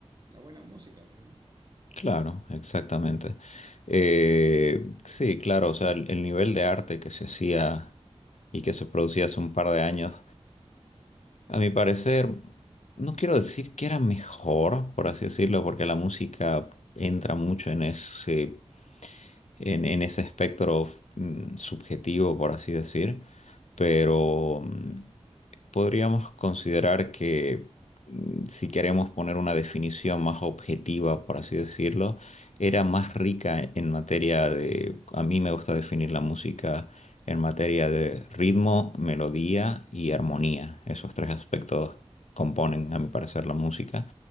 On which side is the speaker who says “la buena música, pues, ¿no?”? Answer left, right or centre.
Right